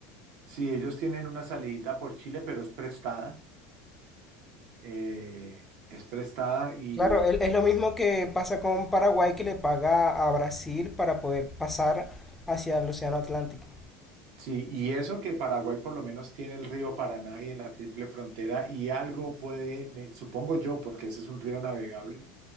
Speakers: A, on the right (about 65°); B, in the centre.
A: si ellos tienen una salidita por Chile, pero es prestada, eh, es prestada y
B: Claro, el- es lo mismo que pasa con Paraguay que le paga a Brasil para poder pasar hacia el Océano Atlántico.
A: Sí, y eso que Paraguay por lo menos tiene el río Paraná y en la triple frontera y algo puede, me- supongo yo, porque ese es un río navegable.